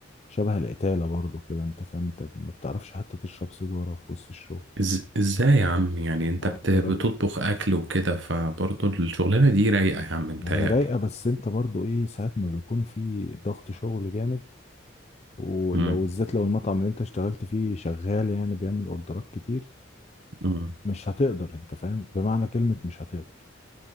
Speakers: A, on the left; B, on the right.
A: شبه القتالة برضو كده انت فاهم انت ما بتعرفش حتى تشرب سيجارة في وسط الشغل
B: إز... ازاي يا عم يعني
A: يعني
B: انت
A: ما هو
B: بت...
A: انت
B: بتطبخ
A: لو
B: اكل وكده فبرضه الشغلانة دي رايقة يا عم متهيألي
A: ما هي رايقة بس انت برضو ايه ساعات ما بيكون في ضغط شغل جامد ولو
B: امم
A: بالذات لو المطعم اللي انت اشتغلت فيه شغال يعني بيعمل اوردرات كتير
B: امم
A: مش هتقدر انت فاهم بمعنى كلمة مش هتقدر